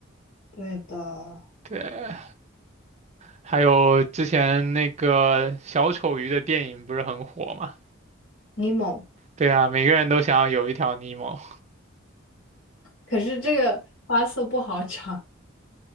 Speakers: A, on the left; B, on the right.
A: 对的，
B: 对，还有之前那个小丑鱼的电影不是很火嘛？
A: 尼莫，
B: 对啊，每个人都想要有一条尼莫。
A: 可是这个花色不好长。